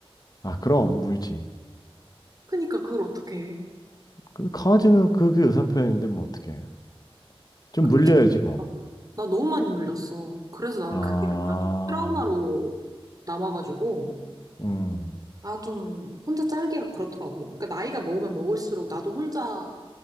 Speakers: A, on the left; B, on the right.
A: 아, 그럼 물지.
B: 그니까 그걸 어떻게 해?
A: 근데 강아지는 그게 의사표현인데 뭐 어떡해. 좀
B: 그게
A: 물려야지 뭐.
B: 참 말이야. 나 너무 많이 물렸어. 그래서 난
A: 아,
B: 그게 약간 좀 트라우마로 남아가지고,
A: 음,
B: 나 좀 혼자 짤기가 그렇더라고. 그러니까 나이가 먹으면 먹을수록 나도 혼자